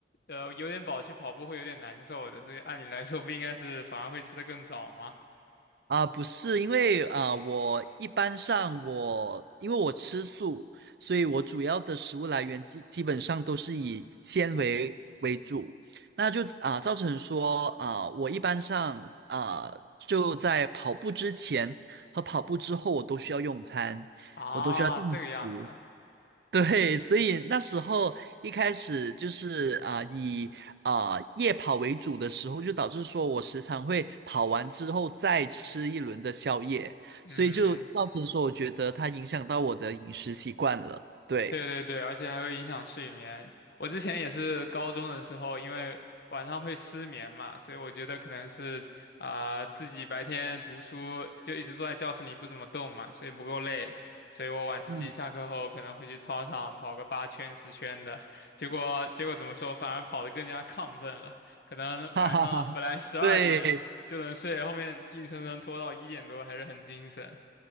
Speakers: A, on the left; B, on the right.
A: 呃，有点饱去跑步会有点难受的，所以按理来说不应该是反而会吃的更早吗？
B: 啊，不是，因为啊，我一般上我因为我吃素，所以我主要的食物来源基基本上都是以纤维为主，那就啊造成说啊，我一般上啊就在跑步之前和跑步之后，我都需要用餐，
A: 啊，
B: 我都需要进食。
A: 这个样子，
B: <laughs> 对，所以那时候一开始就是啊、呃以啊、呃夜跑为主的时候，就导致说我时常会跑完之后再吃一轮的宵夜，
A: 嗯。
B: 所以就造成说我觉得它影响到我的饮食习惯了。对，
A: 对对对，而且还会影响睡眠。我之前也是高中的时候，因为晚上会失眠嘛，所以我觉得可能是啊、自己白天读书就一直坐在教室里不怎么动嘛，所以不够累，所以我晚自习下课后可能会去操场跑个八圈十圈的，
B: 嗯，<laughs>
A: 结果结果怎么说，反而跑得更加亢奋了，可能晚上本来十二点就能睡，
B: 哈哈哈，对，
A: 后面硬生生拖到一点多还是很精神。